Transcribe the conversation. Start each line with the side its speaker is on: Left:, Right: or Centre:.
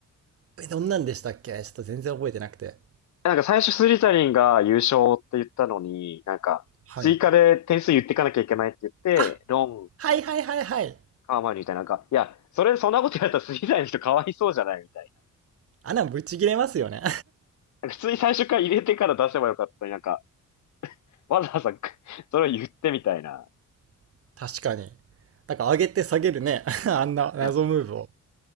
Right: えどんなんでしたっけちょっと全然覚えてなくて。
Left: なんか最初スリザリンが優勝って言ったのに、なんか追加で点数言ってかなきゃいけないって言って、
Right: はい。あ、
Left: ロン、
Right: はいはいはいはい。
Left: ハーマイオニーみたいな、なんか、いや、それ、そんなことやったらスリザリンの人かわいそうじゃないみたい
Right: あんなんぶち切れますよね。
Left: な。普通に最初から入れてから出せばよかったのに、なんか、わざわざ <laughs> それを言ってみたいな。
Right: <laughs> 確かに。だから上げて下げるね。<laughs> あんな謎ムーブを
Left: いや、